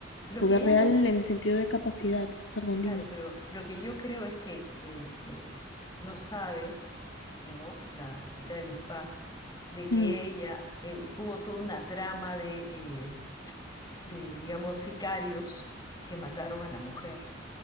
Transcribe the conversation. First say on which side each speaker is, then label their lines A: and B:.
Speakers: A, on the left; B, on the left.
A: Lo
B: Poder
A: que ella
B: real
A: no... s-
B: en el sentido de capacidad, perdón,
A: Claro,
B: dime.
A: pero lo que yo creo es que eh, eh, no sabe, ¿no? La chica del spa, de que
B: Mm,
A: ella... eh, hubo toda una trama de, eh, de, digamos, sicarios que mataron a la mujer.